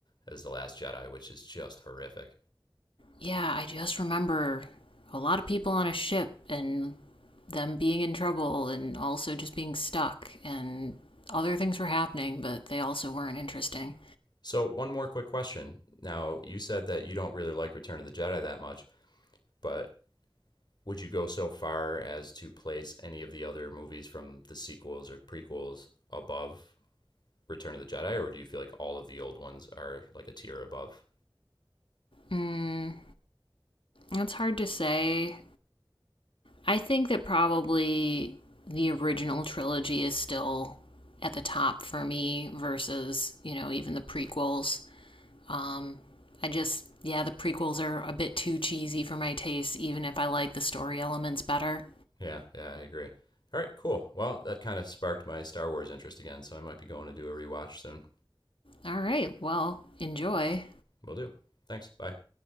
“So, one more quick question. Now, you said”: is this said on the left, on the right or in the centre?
Left